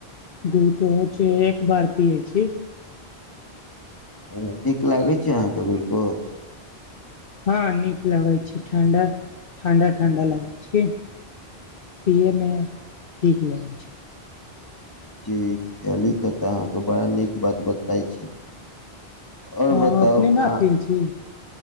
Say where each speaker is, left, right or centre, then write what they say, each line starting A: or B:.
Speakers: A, on the left (about 60°); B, on the left (about 20°).
A: ग्लुकोज एक बार पियै छी
B: ओ नीक लागै छै अहाँके गुलकोच
A: हँ नीक लगैत छै ठंडा ठंडा ठंडा लगैत छी पियैमे नठीक लगैत छै
B: जी ची तऽ तऽ अहाँके बड़ा नीक बात बताइ छी आओर
A: हँ
B: बताउ
A: अपने
B: अहाँ
A: ने पियै छी